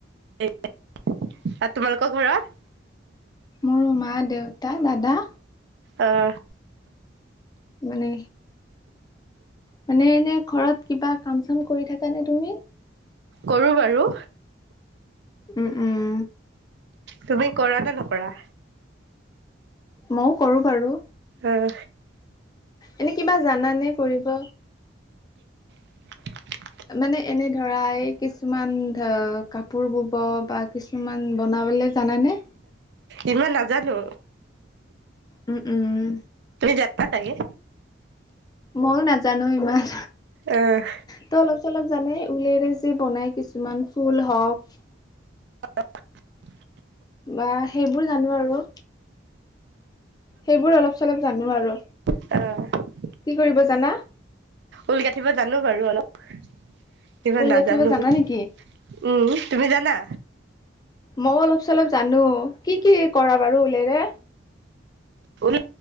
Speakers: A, on the right; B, on the left.
A: আৰু তোমালোকৰ ঘৰত?
B: মোৰ মা, দেউতা, দাদা।
A: আহ।
B: মানে- মানে এনে ঘৰত কিবা কাম চাম কৰি থাক নে তুমি?
A: কৰো বাৰু।
B: উম উম।
A: তুমি নে কৰা।
B: মইও কৰো বাৰু।
A: আহ।
B: এনে কিবা জান নে কৰিব?
A: <unintelligible>
B: মানে এনে ধৰাই কিছুমান ধ কাপোৰ বব বা কিছুমান বনাবলে- জানানে?
A: ইমান নাজানো।
B: উম উম উম।
A: যানা চাগে।
B: মইয়ো নাজানো ইমান।
A: আহ
B: ত অলপ চলপ জানে উলেৰে যে বনাই কিছুমান ফুল হওক
A: স
B: বা সেইবোৰ জানো আৰু সেইবোৰ অলপ চলপ জানো আৰু
A: অঁ
B: কি কৰিব জানা?
A: ঊল গাঠিব জানো বাৰু অলপ চলপ কিব
B: ঊল
A: নাজানো
B: গাঁঠিব জানা
A: উ
B: নেকি?
A: তুমি জানা
B: মই অলপ চলপ জানো কি কি কৰা বাৰু ঊলেৰে
A: উল